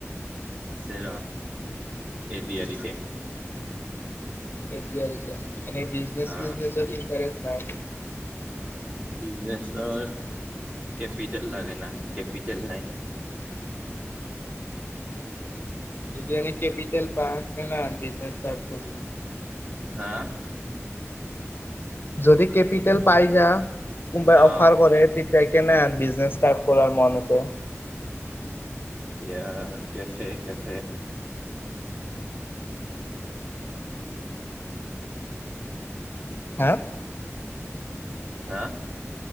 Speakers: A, on the right; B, on the left.
A: আছে ৰ এই এ ডি আ ৰিতে
B: কেতিয়াতিয়া এনে বিজনেচ
A: অ
B: চিজনেচত ইণ্টৰেষ্ট নাই?
A: বিজনেছত কেপিটেল লাগে না কেপিটেল নাই।
B: <inaudible> যদি এনে কেপিটেল পা আ ন বিজনে ইষ্টাৰ কৰি দে।
A: হা
B: যদি কেপিটেল পাই যা কোনবাই
A: অ এতিয়া
B: অফাৰ কৰে তেতিয়া ত কেনে বিজনেচ ষ্টাৰ্ট কৰাৰ মন আছে।
A: এ কেফে কেফে
B: হা
A: হা